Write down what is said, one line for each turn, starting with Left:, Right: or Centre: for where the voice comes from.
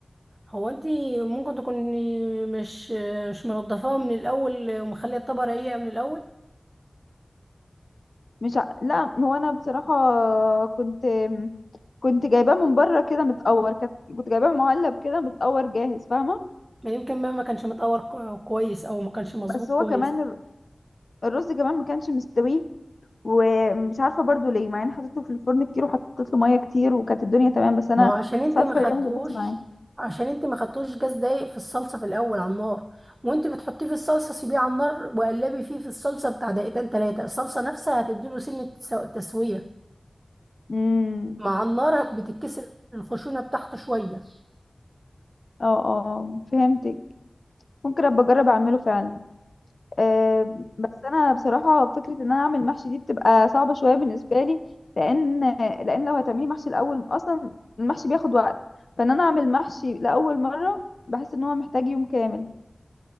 Right: هو انت ممكن تكوني مش مش منضفاها من الاول ومخليه الطبقه رقيقه من الاول
Left: مش ع... لا هو انا بصراحه كنت كنت جايباه من بره كده متقور كانت كنت جايباه معلب كده متقور جاهز فاهمه
Right: ما يمكن ما ما كانش متقور كو- كويس او ما كانش مظبوط
Left: بس هو
Right: كويس
Left: كمان الر- الرز كمان ما كانش مستوي ومش عارفه برضو ليه مع اني حطيته في الفرن كتير وحطيت له ميه كتير وكانت الدنيا تمام بس انا
Right: ما هو عشان انت
Left: مش عارفه
Right: ما خدتوش
Left: ليه ما ظبطش معايا
Right: عشان انت ما خدتوش جاز دايق في الصلصه في الاول على النار وانت بتحطيه في الصلصه سيبيه على النار وقلبي فيه في الصلصه بتاع دقيقتين تلاته الصلصه نفسها هتديله سنه تسو- تسويه
Left: امم
Right: مع النار بتتكسر الخشونه بتاعته شويه
Left: اه اه آه، فهمتك ممكن ابقى اجرب اعمله فعلا آه، بس انا بصراحه فكره ان انا اعمل محشي دي بتبقى صعبه شويه بالنسبه لي لان لان لو هتعملي محشي الاول اصلا المحشي بياخد وقت فان انا اعمل محشي لاول مره بحس ان هو محتاج يوم كامل